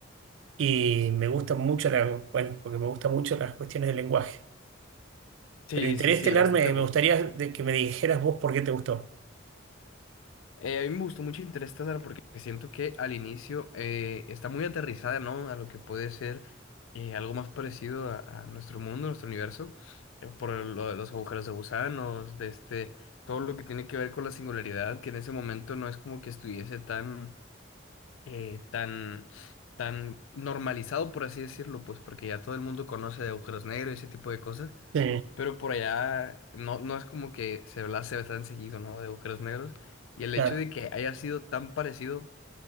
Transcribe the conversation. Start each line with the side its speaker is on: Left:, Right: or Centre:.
Right: y me gusta mucho la, bueno, porque me gustan mucho las cuestiones del lenguaje.
Left: Sí,
Right: Pero Interestelar
Left: sí, sí, bastante
Right: me,
Left: bueno.
Right: me gustaría de que me dijeras vos por qué te gustó.
Left: Eh, a mí me gustó mucho Interstellar porque siento que al inicio eh, está muy aterrizada, ¿no? A lo que puede ser eh, algo más parecido a, a nuestro mundo, nuestro universo, eh, por lo de los agujeros de gusanos, de este, todo lo que tiene que ver con la singularidad, que en ese momento no es como que estuviese tan, eh, tan, tan normalizado, por así decirlo, pues porque ya todo el mundo conoce de agujeros negros y ese tipo de cosas.
Right: Sí,
Left: Pero por allá no, no es como que se hablase ve tan seguido, ¿no? De agujeros negros. Y el
Right: claro,
Left: hecho de que haya sido tan parecido